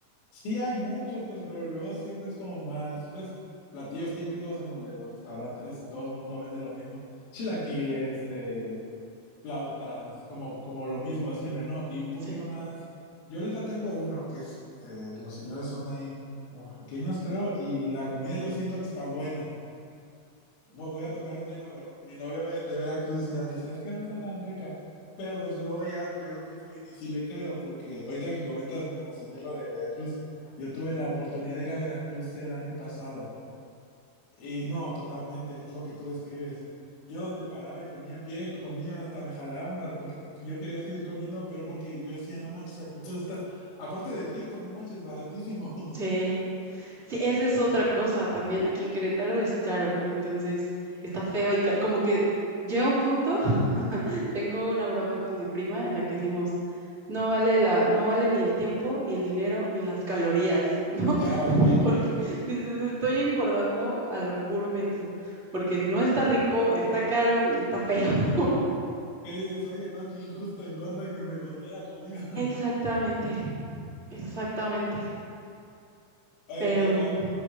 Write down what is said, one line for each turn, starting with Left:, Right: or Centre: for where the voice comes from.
Left: Sí hay muchos, pues, pero luego siempre es como más, pues, platillos típicos en donde los restaurantes todo el mundo vende lo mismo. Chilaquiles, eh, flautas, como, como lo mismo de siempre, ¿no? Y un poquito
Right: sí,
Left: más. Yo ahorita tengo uno, que es, eh, los señores son ahí oaxaqueños, creo, y la comida yo siento que está buena, Voy voy a tocar un tema, pero mi novia ve- de Veracruz ella me dice, es que no está tan rica. Pero pues luego ya yo lo pienso bien y sí le creo, porque ahorita que comentas me emocioné lo de Veracruz. Yo tuve la oportunidad de ir a Veracruz el año pasado y no, totalmente, es lo que tú describes. Yo donde paraba y ponía pie, comía, hasta me jalaban para- porque yo quería seguir comiendo, pero porque yo decía, no manches, aquí todo está, aparte de rico, no manches, baratísimo. <laughs>
Right: sí. Sí, esa es otra cosa también. Aquí en Querétaro es caro, entonces está feo y ca- como que llega un punto Tengo una broma con mi prima en la que decimos, no vale la, no vale ni el tiempo, ni el dinero, ni las calorías, ¿no?
Left: Ah,
Right: <laughs>
Left: ¿qué,
Right: Porque dices, estoy engordando a lo puro menso, porque no está rico, está caro y está feo. <laughs>
Left: qué dices? Oye, no, qué injusto, engordo y ni me gustó la comida. <laughs>
Right: Exactamente, exactamente.
Left: Oye,
Right: Pero,
Left: que, ah,